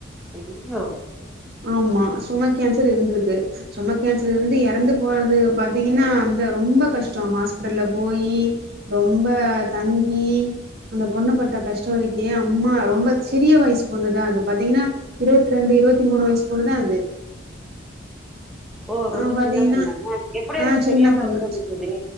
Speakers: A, in the centre; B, on the right.
A: ஐயோ
B: ஆமா ஸ்டொமக் கேன்சர் இருந்துருக்கு ஸ்டெமக் கேன்சர் இருந்து எறந்து போறது பாத்தீங்கனா அந்த ரொம்ப கஷ்டோ ஹாஸ்பிடல்ல போயி ரொம்ப தங்கி பொண்ணுப் பட்ட கஷ்டோ இருக்கே அம்மா ரொம்ப சிறிய வயசு பொண்ணுதா அது பாத்தீங்கன்னா இருவத்தி ரெண்டு இருவத்தி மூணு வயசு பெண்ணுதா அது
A: ஓ ரொம்ப
B: ஆ பாத்தீங்கன்னா
A: சின்ன பெண்ணாங்க எப்டி
B: ஆ
A: அது
B: சின்ன
A: தெரியாம
B: பொண்ணு
A: இருந்தது தோழி